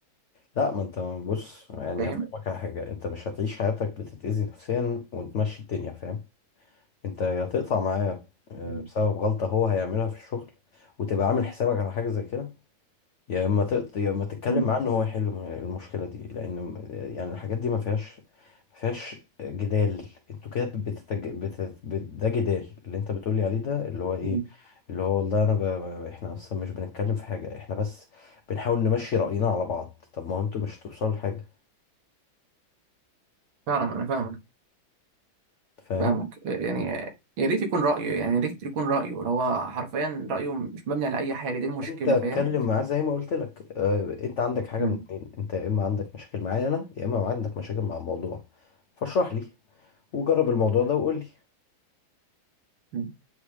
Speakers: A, on the left; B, on the right.
A: لا ما أنت بص يعني
B: فاهم
A: هفهمك على حاجة أنت مش هتعيش حياتك بتتأذي نفسيا وتمشي الدنيا فاهم انت يا تقطع معاه آه،
B: مم.
A: بسبب غلطة هو هيعملها في الشغل وتبقى عامل حسابك على حاجة زي كده يا اما تقط... يا اما تتكلم
B: مم.
A: معاه ان هو يحل م- المشكلة دي لان م- يعني الحاجات دي ما فيهاش ما فيهاش جدال انتوا كده بتتج... بت... بت... ده جدال اللي انت بتقولي عليه ده اللي هو ايه
B: مم.
A: اللي هو والله انا ب... ب- احنا اصلا مش بنتكلم في حاجة احنا بس بنحاول نمشي رأينا على بعض طب ما هو انتوا مش هتوصلوا لحاجة
B: فعلا انا فاهمك
A: فاهم
B: فاهمك يعني يا ريت يكون رأيه يعني يا ريت يكون رأيه هو حرفيا رأيه مش مبني على أي حاجة دي المشكلة
A: انت اتكلم
B: فاهم
A: معاه زي ما قلت لك اه انت عندك حاجه
B: مم.
A: من اتنين انت يا اما عندك مشاكل معايا انا يا اما عندك مشاكل مع الموضوع فاشرح لي وجرب الموضوع ده وقول لي
B: مم.